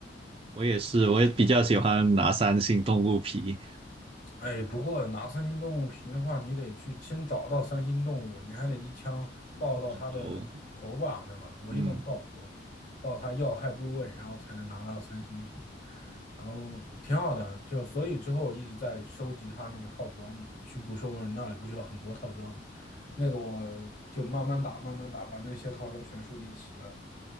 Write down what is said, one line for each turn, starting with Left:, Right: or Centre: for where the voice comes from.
Right: 我也是，我也比较喜欢拿三星动物皮。
Left: 哎，不过拿三星动物皮的话，你得去先找到三星动物，你还得一枪爆到它的头吧，
Right: 然后，
Left: 对吧？我一般爆头，
Right: 嗯，
Left: 爆它要害部位，然后才能拿到三星皮，然后挺好的。就所以之后我一直在收集它那个套装嘛，去捕兽人那里不是有很多套装吗，那个我就慢慢打，慢慢打，把那些套装全收集齐了。